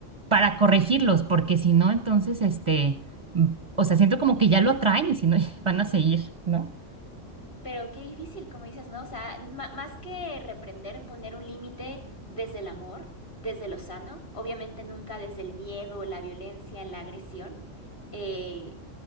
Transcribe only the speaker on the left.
Pero qué difícil, como dices, ¿no? O sea, ma- más que reprender, poner un límite desde el amor, desde lo sano, obviamente nunca desde el miedo, la violencia, la agresión. Eh,